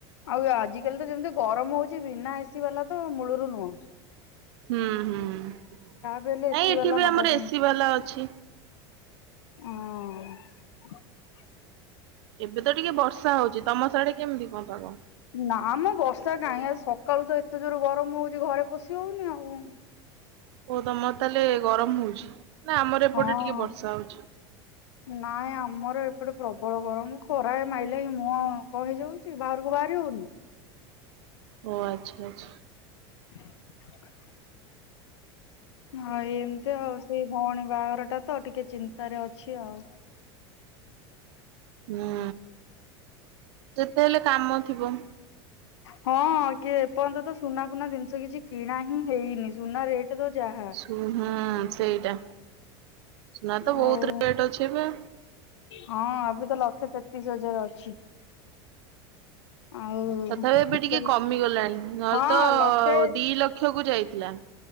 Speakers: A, on the left; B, on the right.
A: ଆଉ ଆଜିକାଲି ତ ଯେମିତି ଗରମ ହୋଉଚି ବିନା ଏସି ବାଲା ତ ମୂଳରୁ ନୁହୁଁ।
B: ହୁଁ ହୁଁ ନାଇଁ
A: ବି ହେଲେ ଏସିି
B: ଏଠି
A: ବାଲା
B: ବି
A: ନବା
B: ଆମର
A: ପାଇଁ
B: ଏସି ବାଲା ଅଛି।
A: ଉଁ
B: ଏବେ ତ ଟିକେ ବର୍ଷା ହୋଉଚି। ତମ ସିଆଡେ କେମିତି କଣ ପାଗ?
A: ନାଁ ମ ବର୍ଷା କାଇଁ ଆଜି ସକାଳୁ ତ ଏତେ ଜୋର ଗରମ ହୋଉଚି ଘରେ ପଶି ହୋଉନି ଆଉ।
B: ହୋଉ ତମର ତାହେଲେ ଗରମ ହୋଉଚି ନା ଆମର ଏପଟେ
A: ହଁ
B: ଟିକେ ବର୍ଷା ହୋଉଚି।
A: ନାଇଁ ଆମର ଏପଟେ ପ୍ରବଳ ଗରମ ଖରା ଏ ମାଇଲେ ଏଇ ମୁଁହଁ। କଣ ହେଇଯାଉଚି ବାହାରକୁ ବାହାରି ହୋଉନି।
B: ଓ ଆଚ୍ଛା ଆଚ୍ଛା।
A: <unintelligible> ହଁ ଏମିତି ଆଉ ସେଇ ଭଉଣୀ ବାହାଘରଟା ତ ଟିକେ ଚିନ୍ତାରେ ଅଛି ଆଉ।
B: ହୁଁ ଯେତେ ହେଲେ କାମ ଥିବ।
A: ହଁ କିଏ ଏପର୍ଯ୍ୟନ୍ତ ତ ସୁନା ଫୁନା ଜିନିଷ କିଛି କିଣା ହିଁ ହେଇନି ସୁନା ରେଟ୍ ତ ଯାହା।
B: ହୁଁ ହୁଁ ସେଇଟା ସୁନା ତ
A: ଆଉ
B: ବୋହୁତ ରେଟ୍ ଅଛି ଏବେ।
A: ହଁ ଏବେ ତ ଲକ୍ଷେ ତେତିଶ ହଜାର ଅଛି। ଆଉ
B: ତଥାପି ଏବେ ଟିକେ
A: ସେ
B: କମିଗଲାଣି ନହେଲେ
A: ହଁ
B: ତ
A: ଲକ୍ଷେ
B: ଦି ଲକ୍ଷ କୁ ଯାଇଥିଲା।